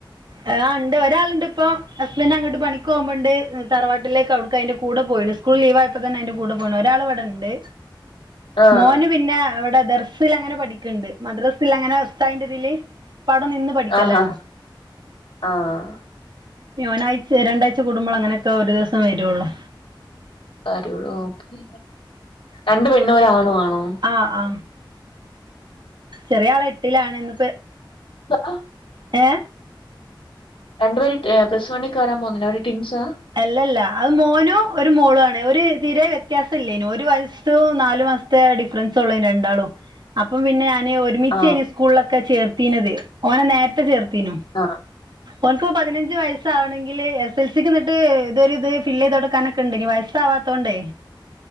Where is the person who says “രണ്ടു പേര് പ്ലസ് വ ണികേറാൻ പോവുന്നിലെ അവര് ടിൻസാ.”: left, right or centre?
Left